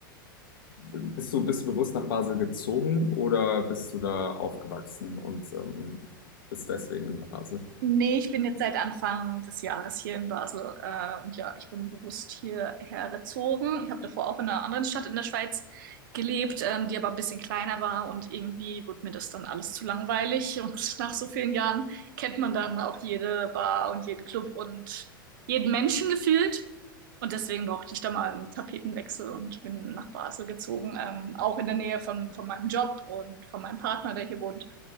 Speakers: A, on the left; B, on the right.
A: bist du, bist du bewusst nach Basel gezogen oder bist du da aufgewachsen und ähm, bist deswegen in Basel?
B: Nee, ich bin jetzt seit Anfang des Jahres hier in Basel. Äh, und ja, ich bin bewusst hierher gezogen. Ich habe davor auch in einer anderen Stadt in der Schweiz gelebt, ähm, die aber ein bisschen kleiner war. Und irgendwie wurde mir das dann alles zu langweilig. <laughs> Und nach so vielen Jahren kennt man dann auch jede Bar und jeden Club und jeden Menschen gefühlt. Und deswegen brauchte ich da mal einen Tapetenwechsel und bin nach Basel gezogen, ähm, auch in der Nähe von, von meinem Job und von meinem Partner, der hier wohnt.